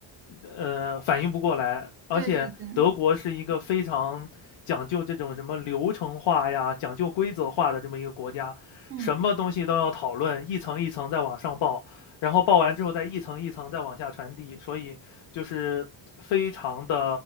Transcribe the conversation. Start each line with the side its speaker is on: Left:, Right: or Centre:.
Left: 呃，反应不过来。而且德国是一个非常讲究这种什么流程化呀、
Right: 对对对，
Left: 讲究规则化的这么一个国家，
Right: 嗯
Left: 什么东西都要讨论，一层一层再往上报，然后报完之后再一层一层再往下传递，所以就是非常的